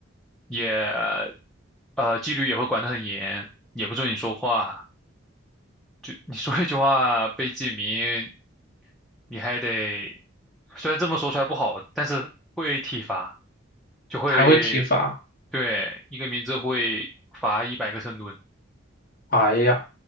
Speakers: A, in the centre; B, on the left.
A: 也，呃，纪律也会管得很严，也不准你说话，就你说一句话被记名，你还得，虽然这么说出来不好，但是会体罚，就会。
B: 还会体罚，
A: 对，一个名字会罚一百个深蹲。
B: 哎呀。